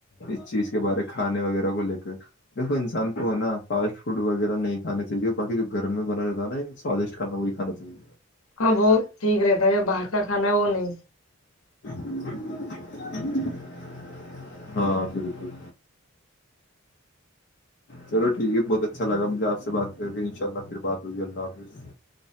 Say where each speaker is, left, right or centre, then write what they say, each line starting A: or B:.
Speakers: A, on the left (about 50°); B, on the left (about 80°).
A: اس چیز کے بارے کھانے وغیرہ کو لے کر دیکو انسان کو ہے نا فاسٹ فوڈ وغیرہ نہیں کانے چاہیے باقی جو گھرم میں بنا جات نہیں سوادشٹ کانا وہی کانا چاہیے
B: ہاں وہ ٹھیک رہتا ہے جو باہر کا کھانا ہے وہ نہیں
A: <inaudible> ہاں بالکل چلو ٹھیک ہے بہت اچھا لگا مجھے آپ سے بات کر کے ان شاء اللہ پھر بات ہوگئی اللہ حافظ